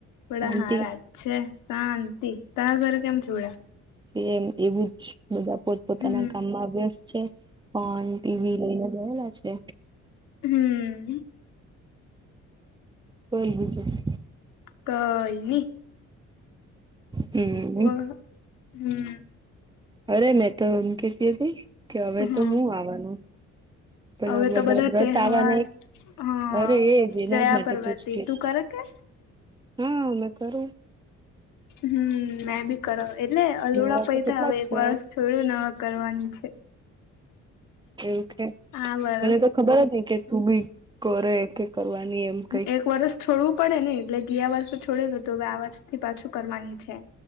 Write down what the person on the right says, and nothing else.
શાંતિ.
સી એમ એવું જ બધા પોતપોતાના
કામમાં અ વેસ્ટ છે. ફોન ટીવી લઈને ગયેલા છે.
બોલ બીજું.
હમ
અરે મેં તો એમ કેતી હતી કે હવે
તો હું આવવાનું પેલા
બધા
વ્રત
આવાના હિ
અરે એજ એના
જ માટે
પૂછતી
હા મે કરું.
મારા
તો કેટલા
જ
છે
એવું છે
મને તો ખબર જ હી કે તું બી કરે કે કરવાની એમ કઈ